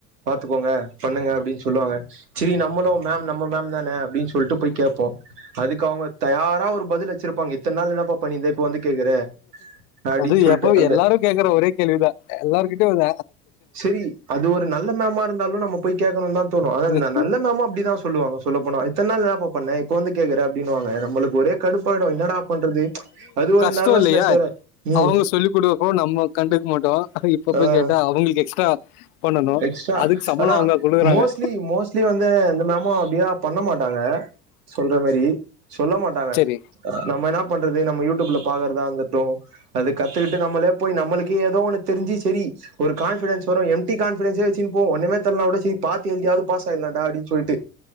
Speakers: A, on the right; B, on the left.
A: பாத்துக்கோங்க பண்ணுங்க அப்படின்னு சொல்லுவாங்க சரி நம்மளம் நம்ம மேம் தான அப்படின்னு சொல்ல சொல்ல கேட்போம் அதுக்கு அவங்க தயாரா ஒரு பதில் இருப்பாங்கத்த நாள் என்ன பண்ணந்தே இப்ப வந்து கேக்குற அப்டின்னு
B: அது
A: சொல்லிட்டு
B: எப்ப
A: அந்த
B: எல்லாரோ கேக்குறே ஒரே கேள்விதான் எல்லார்கிட்டயும் வ
A: சரி அது ஒரு நல்ல மேமா இருந்தாலும் நம்ம போய் கேட்கணும்னு தான் தோணோ
B: இருக்கு
A: ஆனா நல்ல மேமா அப்டிதான் சொல்லுவாங்க சொல்ல போன இத்தன நாள் நாபண்ண இப்ப வந்து கேக்குற ன்வாங்க நம்மளுக்கு ஒரே கடுப்பாயிடு என்னடா பண்றது அது ஒரு
B: கஷ்டோ
A: நர்வஸ்ஸ்
B: இல்லையா
A: வேற உ
B: அவங்க சொல்லி் குடுக்கப்போ நம்ம கண்டுக்க மாட்டோ இப்ப போய்
A: ஆஹ
B: கேட்டா அவங்களுக்கு எக்ஸ்ட்ரா பண்ணணு
A: எக்ஸ்ட்ரா
B: அதுக்கு சம்பளோ
A: ஆனா
B: அவங்க குடுக்குறாங்க
A: மோஸ்ட்லி மோஸ்ட்லி வந்து எந்த மேமோ அப்டிலா பண்ண மாட்டாங்க சொல்ற மாரி சொல்ல மாட்டாங்க
B: செரி
A: நம்ம என்ன பண்றது நம்ம யூடியூப்ல பாக்குறதா வந்துட்டோ அது கத்துக்கிட்டு நம்மளே போய் நம்மளுக்கே ஏதோ ஒன் தெரிஞ்சு செரி ஒரு கான்பிடன்ஸ் வரும் எம்டி டிகான்ஃபிடசியா போவோ ஒன்னுமே தெர்லனாகூட செரி பாத் எலுத்தியாவது பாஸ் ஆய்யல்லான்டா அப்படி சொல்ட்டு